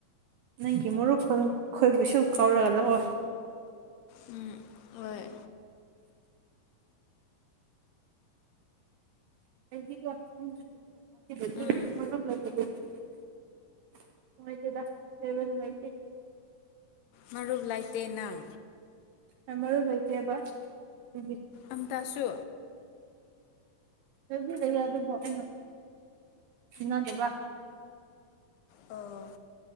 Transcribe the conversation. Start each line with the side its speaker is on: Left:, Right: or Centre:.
Right: ꯅꯪꯒꯤ ꯃꯣꯔꯨꯞ ꯈꯣꯏꯕꯨꯁꯨ ꯀꯧꯔ ꯂꯥꯛꯑꯣ
Left: ꯎꯝ ꯍꯣꯏ
Right: ꯑꯩꯗꯤꯀꫭ <inaudible>
Left: ꯎꯝ
Right: ꯅꯨꯡꯉꯥꯏꯇꯦꯗ ꯂꯩꯕ ꯅꯨꯡꯉꯥꯏꯇꯦ
Left: ꯃꯔꯨꯞ ꯂꯩꯥꯇꯦ ꯅꯪ
Right: ꯍꫭꯏ ꯃꯔꯨꯞ ꯂꯩꯩꯇꯦꯕ ꯑꯗꯨꯒꯤ
Left: ꯑꯝꯇꯁꯨ
Right: ꯂꯧꯕꯨꯗꯤ ꯑꯗꯨꯕꯨ ꯑꯩꯅ ꯇꯤꯟꯅꯗꯕ
Left: ꯑꯣ